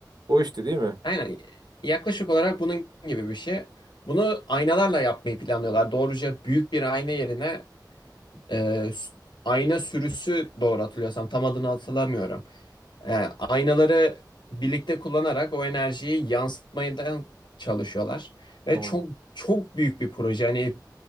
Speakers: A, on the right; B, on the left.
A: O işte değil mi?
B: Aynen yaklaşık olarak bunun gibi bir şey. Bunu aynalarla yapmayı planlıyorlar. Doğruca büyük bir ayna yerine e, s- ayna sürüsü doğru hatırlıyorsam tam adını hatırlamıyorum. E, aynaları birlikte kullanarak o enerjiyi yansıtmaya da çalışıyorlar. Ve
A: Tamam.
B: çok çok büyük bir proje. Hani